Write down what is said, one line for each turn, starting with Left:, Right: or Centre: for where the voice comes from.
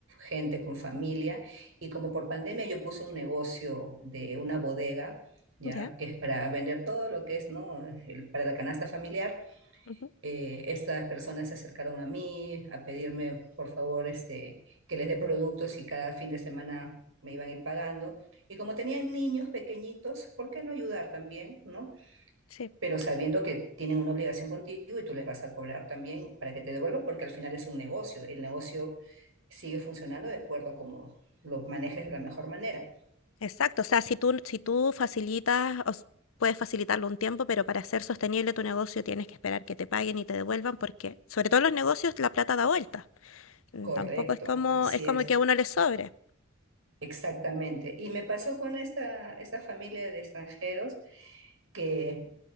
Right: gente con familia y como por pandemia yo puse un negocio de una bodega, ya
Left: ya.
Right: que es para vender todo lo que es, ¿no? El- para la canasta familiar.
Left: ujú,
Right: Eh, estas personas se acercaron a mí a pedirme, por favor, este, que les dé productos y cada fin de semana me iban a ir pagando. Y como tenían niños pequeñitos, ¿por qué no ayudar también, ¿no?
Left: sí.
Right: pero sabiendo que tienen una obligación contigo y tú les vas a cobrar también para que te devuelvan, porque al final es un negocio. El negocio sigue funcionando de acuerdo a cómo lo manejes de la mejor manera.
Left: Exacto, o sea, si tú, si tú facilitas, o s- puedes facilitarlo un tiempo, pero para hacer sostenible tu negocio tienes que esperar que te paguen y te devuelvan, porque sobre todo en los negocios la plata da vuelta. Mm,
Right: Correcto,
Left: Tampoco es como,
Right: así
Left: es como
Right: es,
Left: que a uno le sobre.
Right: exactamente. Y me pasó con esta, esta familia de extranjeros que